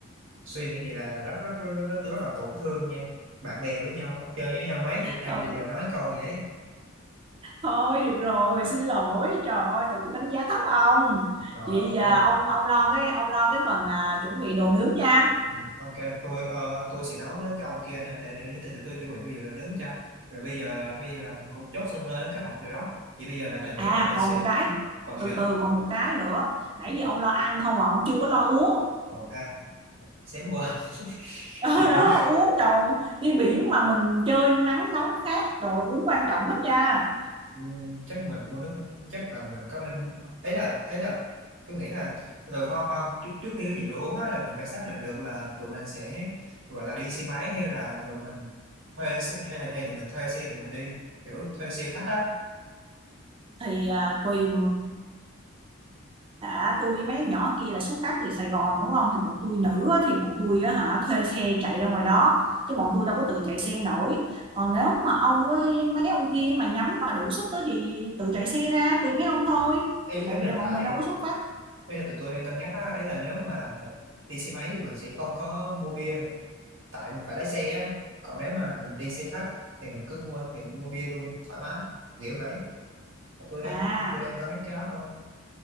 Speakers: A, on the right; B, on the right.
A: suy nghĩ vậy là, là rất rất rất rất, rất, tôi rất là tổn thương nha bạn bè với nhau á, chơi với nhau mấy chục năm
B: ừ.
A: mà giờ nói câu vậy
B: thôi được rồi xin lỗi trời ơi thật tôi đánh giá thấp ông
A: rồi
B: chị
A: ok
B: à, ông ông lo cái ông lo cái phần à, chuẩn bị đồ nướng nha
A: Ừ, Ok, tôi ờ, tôi sẽ nói với cái ông kia nữa để để để, để tụi tôi chuẩn bị cái vụ đồ nướng cho. Rồi bây giờ là bây giờ là mình cũng chốt sân lên kế hoạch rồi đó. Thì bây giờ là bạn
B: à
A: nghĩ bọn mình
B: còn
A: sẽ
B: một cái
A: ừ, còn gì
B: từ
A: nữa?
B: từ còn một cái nữa nãy giờ ông lo ăn không mà ông chưa có lo uống
A: Ừ, à, xém quên
B: <laughs>
A: <laughs>
B: đó
A: địa điểm.
B: đó uống trời ơi, đi biển mà mình chơi nắng nóng khác trời ơi, uống quan trọng lắm nha
A: Ừ, chắc mình mua nước chắc là mình có nên ấy là ấy là tôi nghĩ là rồi khoan khoan trước, trước khi cái vụ đồ uống á là mình phải xác định được là tụi mình sẽ gọi là đi xe máy hay là tụi mình thuê xe- hay là hay tụi mình thuê xe tụi mình đi kiểu thuê xe khách á.
B: thì à, tùy đã tôi với mấy nhỏ kia là xuất phát từ Sài Gòn đúng không thì bọn tôi nữ á, thì bọn tôi á hả thuê xe chạy ra ngoài đó chứ bọn tôi đâu có tự chạy xe nổi còn nếu mà ông với mấy ông kia mà nhắm mà đủ sức á thì tự chạy xe ra tùy mấy ông thôi
A: Ý,
B: tại
A: ý là
B: vì là bọn
A: tại
B: mình đâu có xuất phát
A: Ý là tụi tôi đang cân nhắc á, ấy là nếu mà mình đi xe máy thì mình sẽ không có mua bia tại mình phải lái xe á. Còn nếu mà mình đi xe khách thì mình cứ mua thì mua bia luôn thoải mái, kiểu vậy. Mà tôi đang
B: à
A: tôi đang cân nhắc cái đó thôi.